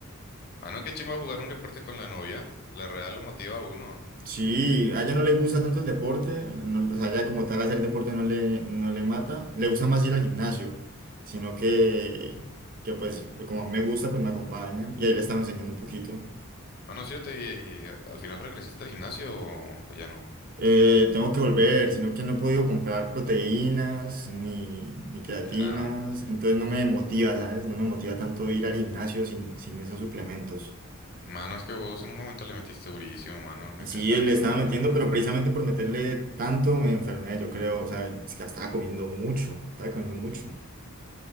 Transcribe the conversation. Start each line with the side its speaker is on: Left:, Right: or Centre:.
Left: Mano, qué chimba jugar un deporte con la novia. La Real lo motiva a uno.
Right: Sí, a ella no le gusta tanto el deporte, no- o sea, ella como tal hacer deporte no le, no le mata, le gusta más ir al gimnasio, sino que, que pues pues, como a mí me gusta, pues me acompaña y ahí le estaba enseñando un poquito.
Left: Mano, ¿sí yo te y, al final regresaste al gimnasio o, o ya no?
Right: Eh, tengo que volver, sino que no he podido comprar proteínas ni, ni creatinas,
Left: Ni nada.
Right: entonces no me motiva, ¿sabes? No me motiva tanto ir al gimnasio sin, sin esos suplementos.
Left: Mano, es que vos en un momento le metiste durísimo, mano, y
Right: Sí,
Left: te estaba yendo
Right: le estaba
Left: muy
Right: metiendo,
Left: bien.
Right: pero precisamente por meterle tanto me enfermé, yo creo, o sea, es que estaba comiendo mucho, estaba comiendo mucho.